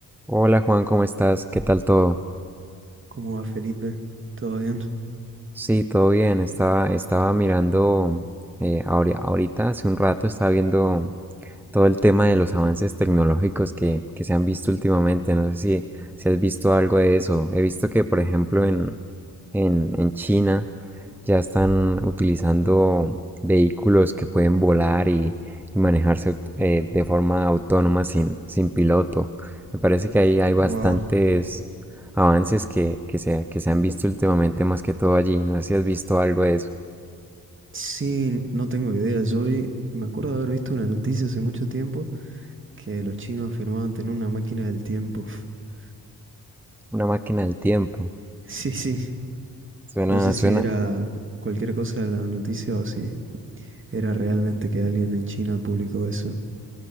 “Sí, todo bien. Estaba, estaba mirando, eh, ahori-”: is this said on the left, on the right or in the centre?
Centre